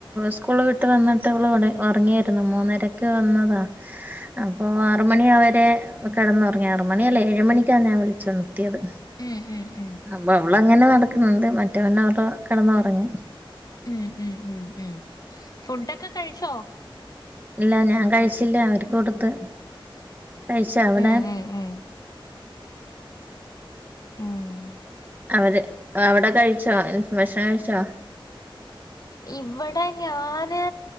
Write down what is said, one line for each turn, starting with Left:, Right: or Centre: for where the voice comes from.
Right: സ്കൂൾ വിട്ട് വന്നിട്ട് ഇവള് ഇവിടെ ഉറങ്ങ്യരുന്നു മൂന്നരക്ക് വന്നതാ അപ്പോ ആറ് മണി അവരെ കിടന്നുറങ്ങി. ആറ് മണി അല്ല ഏഴുമണിക്കാണ് ഞാൻ വിളിച്ചു ഒണർത്തേത്
Left: ഉം ഉം ഉം
Right: അപ്പൊ അവളങ്ങനെ നടക്ക്ണ് മറ്റേവൻ വടെ കിടന്നുറങ്ങി
Left: ഉം ഉം ഉം ഉം ഫുട്ടൊക്കെ കഴിച്ചോ
Right: ഇല്ല ഞാൻ കഴിച്ചില്ല അവർക്ക് കൊടുത്ത് കഴിച്ച അവിടെ
Left: ഉം ഉം ഉം ഉം
Right: അവര് അവിടെ കഴിച്ചോ ഭക്ഷണം കഴിച്ചോ
Left: ഇവിടെ ഞാന്